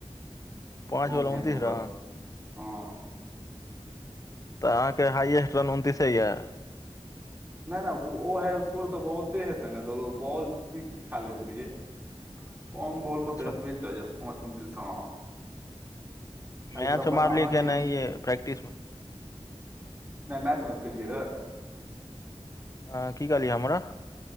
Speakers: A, on the left; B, on the right.
A: पाँच
B: कम
A: बला
B: गेममे
A: उनतीस रह
B: बस हँ
A: तऽ अहाँके हाइएस्ट रन उनतीसे यए
B: नहि नहि ओ हे स्कोर तऽ बहुते हेतै ने तऽ बॉल बेसी खेलैत रहियै
A: <inaudible>
B: कम बोलमे
A: अच्छा
B: तऽ एतबि तऽ यौ पाँच उनतीस हँ <unintelligible> एहि
A: मैचमे
B: सबमे
A: मारलियै
B: तऽ अहाँके
A: कि एनाहिए
B: नहि
A: प्रैक्टिसमे
B: नहि मैचमे केलिय रह
A: अहाँ की कहलियै हमरा